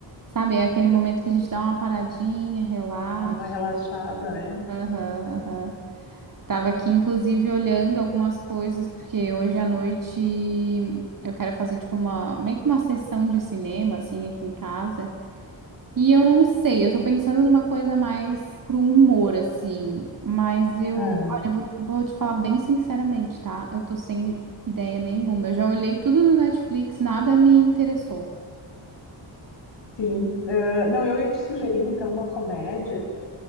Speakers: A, on the right; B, on the left.
A: sabe, é aquele momento que a gente dá uma paradinha, relaxa.
B: Dá uma relaxada, né?
A: Aham, aham. Tava aqui, inclusive, olhando algumas coisas, porque hoje à noite eu quero fazer, tipo, uma, meio que uma sessão de cinema, assim, aqui em casa. E eu não sei, eu tô pensando numa coisa mais pro humor, assim, mas eu,
B: Ah,
A: olha, eu vou, vou te falar bem sinceramente, tá? Eu tô sem ideia nenhuma. Eu já olhei tudo no Netflix, nada me interessou.
B: sim. Ah, não, eu ia te sugerir, então, uma comédia,